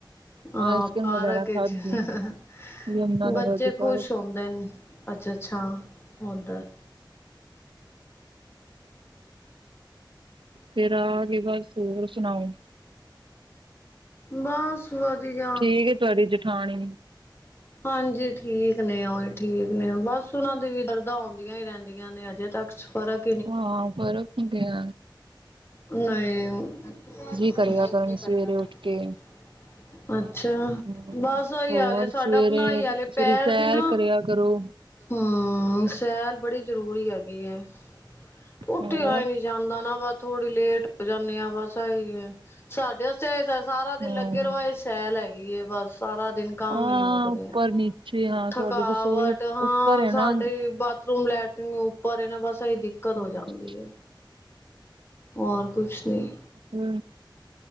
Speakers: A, on the left (about 30°); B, on the right (about 85°).
A: ਹਾਂ
B: ਆਈਸ ਕਰ੍ਰੀਮ
A: ਪਾਰਕ
B: ਵਗੈਰਾ
A: ਵਿੱਚ
B: ਖਾਦੀ
A: <unintelligible>
B: ਯਮੁਨਾ ਨਗਰ
A: ਬੱਚੇ
B: ਦੇ
A: ਖੁਸ਼
B: ਪਾਰਕ
A: ਹੁੰਦੇ ਨੇ ਅੱਛਾ ਅੱਛਾ ਉਧਰ
B: ਫ਼ਿਰ ਆ ਕੇ ਬਸ ਹੋਰ ਸੁਣਾਓ
A: ਬਸ ਵਧੀਆ
B: ਠੀਕ ਹੈ ਤੁਹਾਡੀ ਜਠਾਣੀ
A: ਹਾਂਜੀ ਠੀਕ ਨੇ ਉਹੀ ਠੀਕ ਨੇ ਬਸ ਉਹਨਾ ਦੇ ਵੀ ਦਰਦਾ ਹੀ ਰਹਿੰਦੀਆਂ ਨੇ ਅਜੇ ਤੱਕ ਫਰਕ
B: ਹਾ ਫ਼ਰਕ ਹੁੰਦੇ ਏ
A: ਨਈ ਕਰਨਾ
B: ਕਰਿਆ ਕਰਨ
A: ਪੈਂਦਾ
B: ਸਵੇਰੇ ਉੱਠ ਕੇ
A: ਅੱਛਾ
B: ਹੂੰ
A: ਬਸ ਉਹੀ
B: ਹੋਰ
A: ਹਾਲ ਸਾਡਾ
B: ਸਵੇਰੇ
A: ਆਪਣਾਈ ਹਾਲ ਹੈ
B: ਸਵੇਰੇ
A: ਪੈਰ
B: ਸੈਰ
A: ਦੀ ਨਾ
B: ਕਰਿਆ ਕਰੋ
A: ਹਮ ਸੈਰ ਬੜੀ ਜ਼ਰੂਰੀ ਹੈਗੀ ਹੈ ਉੱਠੇ
B: ਹੋਰ
A: ਆ ਹੀ ਨੀ ਜਾਂਦਾ ਨਾ ਥੋੜੀ ਲੇਟ ਹੋ ਜਾਂਦੇ ਆ ਬਸ ਆਈ ਸਾਡੇ ਉਥੇ ਸਾਰਾ ਦਿਨ
B: ਹਾਂ
A: ਲੱਗੇ ਰਵਾ ਇਹ ਸੈਲ ਹੈਗੀ ਏ ਬਸ ਸਾਰਾ ਦਿਨ ਕੰਮ
B: ਹਾਂ
A: ਹੀ ਨੀ ਮੁੱਕਦੇ
B: ਉੱਪਰ
A: ਆ
B: ਨੀਚੇ ਹਾਂ
A: ਥਕਾਵਟ
B: ਤੁਹਾਡੀ ਰਸੋਈ
A: ਹਾਂ
B: ਉੱਪਰ ਹੈ
A: ਸਾਡੇ
B: ਨਾ
A: ਬਾਥਰੂਮ ਲੈਟਰਿਨ ਉੱਪਰ ਇਹ ਨਾ ਬਸ ਇਹੀ ਦਿੱਕਤ
B: ਹੂੰ
A: ਹੋ ਜਾਂਦੀ ਹੈ ਹੋਰ ਕੁਛ ਨਹੀਂ
B: ਹੂ